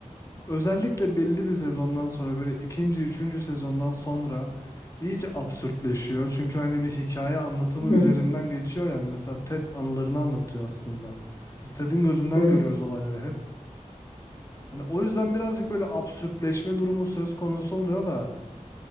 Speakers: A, on the left; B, on the left.
A: Özellikle belli bir sezondan sonra böyle ikinci, üçüncü sezondan sonra iyice absürtleşiyor. Çünkü hani bir hikaye anlatımı
B: Hı
A: üzerinden
B: hı,
A: geçiyor yani. Mesela Ted anılarını anlatıyor aslında. Biz Ted'in gözünden
B: Evet.
A: görüyoruz olayları hep. Hani o yüzden birazcık böyle absürtleşme durumu söz konusu oluyor da